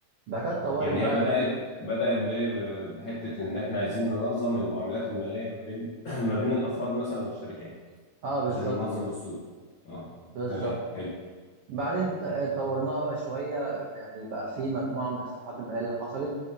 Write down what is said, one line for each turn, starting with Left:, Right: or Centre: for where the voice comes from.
Right: بعد كده اتطورت
Left: يعني
Right: بقى
Left: هي بدأت
Right: إيه
Left: بدأت بإيه؟ ب- بحتة إن إحنا عايزين ننظم المعاملات المالية ما بين <clears throat> ما بين الأفراد مثلا والشركات
Right: أه بالظبط
Left: عشان ننظم
Right: كده
Left: السوق اه
Right: بالظبط
Left: تمام حلو
Right: بعدين ت- آه، طورناها بقى شويه يعني بقى في مجموعه من اصلاحات الماليه اللي حصلت